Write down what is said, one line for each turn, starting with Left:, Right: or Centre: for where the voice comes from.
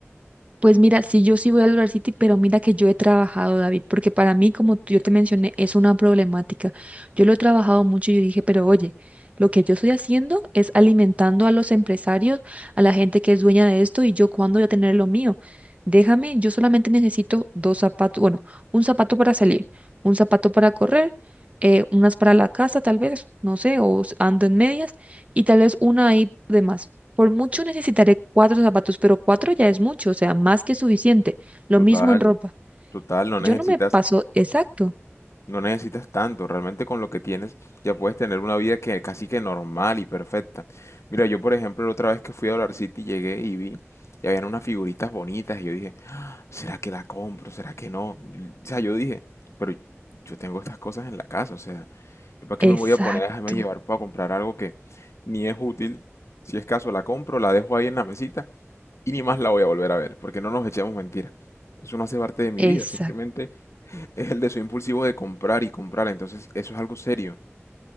Right: Pues mira, sí, yo sí voy a lograr City, pero mira que yo he trabajado, David, porque para mí, como yo te mencioné, es una problemática. Yo lo he trabajado mucho y yo dije, pero oye, lo que yo estoy haciendo es alimentando a los empresarios, a la gente que es dueña de esto, y yo cuándo voy a tener lo mío. Déjame, yo solamente necesito dos zapatos, bueno, un zapato para salir, un zapato para correr, eh, unas para la casa, tal vez, no sé, o s- ando en medias, y tal vez una ahí de más. Por mucho necesitaré cuatro zapatos, pero cuatro ya es mucho, o sea, más que suficiente. Lo
Left: Total,
Right: mismo en ropa.
Left: total, no
Right: Yo
Left: necesitas
Right: no me paso, exacto,
Left: No necesitas tanto, realmente con lo que tienes ya puedes tener una vida que casi que normal y perfecta. Mira, yo por ejemplo la otra vez que fui a Dollar City llegué y vi y habían unas figuritas bonitas y yo dije, ¿será que la compro? ¿Será que no? Y- O sea, yo dije, pero yo tengo estas cosas en la casa, o sea, ¿yo para
Right: exacto,
Left: qué me voy a poner a dejarme llevar para comprar algo que ni es útil? Si es caso, la compro, la dejo ahí en la mesita y ni más la voy a volver a ver, porque no nos echemos mentiras. Eso no hace parte de mi
Right: exacto,
Left: vida, simplemente es el deseo impulsivo de comprar y comprar, entonces eso es algo serio.